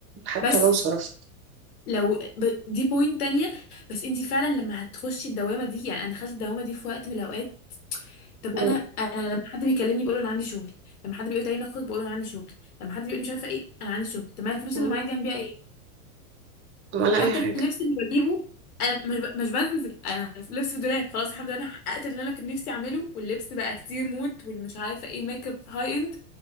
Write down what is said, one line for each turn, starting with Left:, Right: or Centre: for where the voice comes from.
Right: حتى
Left: بس
Right: لو صرفت
Left: لو ب... دي بوينت تانية بس انتي فعلا لما هتخشي الدوامة دي يعني انا دخلت الدوامة دي في وقت من الاوقات طب
Right: مم.
Left: انا انا لما حد بيكلمني بقول له انا عندي شغل لما حد بيقول لي تعالي نخرج بقول له انا عندي شغل لما حد بيقول لي مش عارفه ايه انا عندي شغل طب ما الفلوس
Right: مم.
Left: اللي معايا دي اعمل بيها ايه
Right: ولا
Left: حتى
Right: اي حاجه
Left: اللبس اللي بجيبه انا مش ب... مش بنزل انا لبس في الدولاب خلاص الحمد لله انا حققت اللي انا كان نفسي اعمله واللبس بقى كتير موت والمش عارفه ايه ميك اب هاي اند